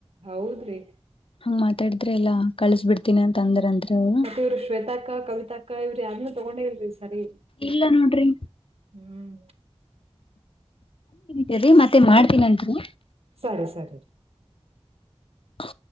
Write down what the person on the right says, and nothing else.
ಹೌದ್ರಿ
ಮತ್ತೆ ಇವ್ರು ಶ್ವೇತಾಕ್ಕ ಕವಿತಾಕ್ಕ ಇವ್ರರು ಯಾರನು ತಗೊಂಡೇ ಇಲ್ರಿ ಸರಿ
ಹ್ಮ್
ಸರಿ ಸರಿ